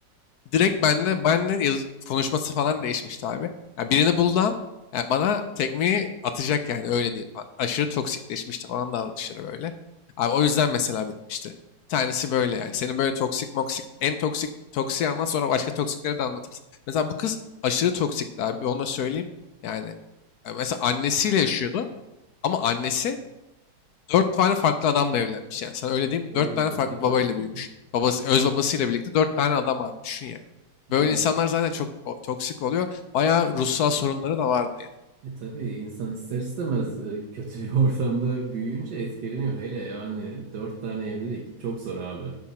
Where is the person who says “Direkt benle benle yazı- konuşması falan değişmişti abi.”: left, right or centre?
Left